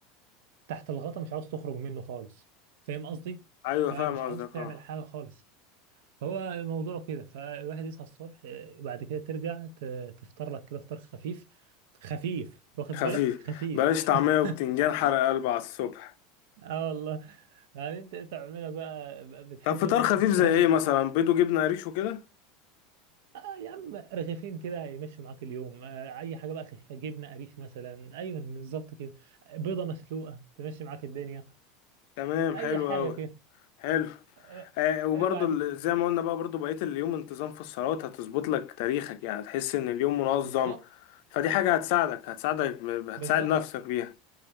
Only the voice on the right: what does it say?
تحت الغطا مش عاوز تخرج منه خالص فاهم قصدي
فمش
عاوز
تعمل
حاجة خالص هو الموضوع كده فالواحد يصحى الصبح آه، وبعد كده ترجع ت- تفطر لك كده فطار خفيف خفيف واخد
بالك خفيف
<laughs>
اه والله يعني انت تعملها بقى بتحب
انت
بتحب
اه يا عم رغيفين كده يمشوا معاك اليوم آه، اي حاجه بقى خفيفه جبنه قريش مثلا ايوه بالظبط كده بيضه مسلوقه تمشي معاك الدنيا
اي
حاجه
كده
آه،
آه، وبعد
كده
بالظبط
بالظبط